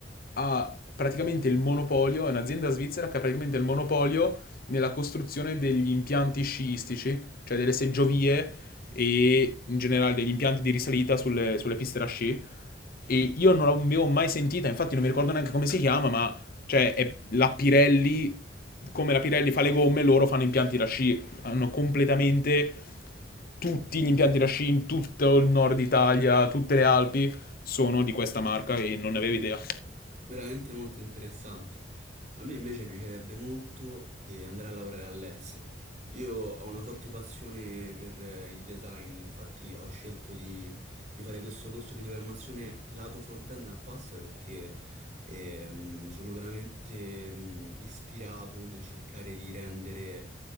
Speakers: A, on the left; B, on the right.
A: ha praticamente il monopolio, è un'azienda svizzera che ha praticamente il monopolio nella costruzione degli impianti sciistici, cioè delle seggiovie e in generale degli impianti di risalita sulle, sulle piste da sci e io non l'avevo mai sentita, infatti non mi ricordo neanche come si chiama, ma cioè è la Pirelli, come la Pirelli fa le gomme, loro fanno impianti da sci, hanno completamente tutti gli impianti da sci in tutto il nord Italia, tutte le Alpi sono di questa marca e non ne avevo idea.
B: Veramente molto interessante. A me invece piacerebbe molto eh, andare a lavorare all'estero. Io ho una forte passione per eh, il design, infatti ho scelto di, di fare questo corso di programmazione lato front-end apposta perché ehm, sono veramente mm, ispirato nel cercare di rendere